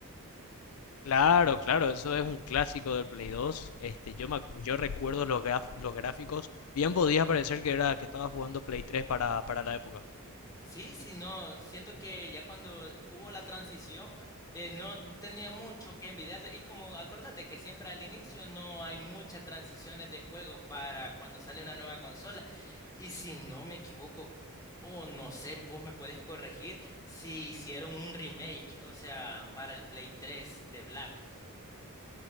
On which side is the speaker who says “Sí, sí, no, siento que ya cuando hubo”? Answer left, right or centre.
Left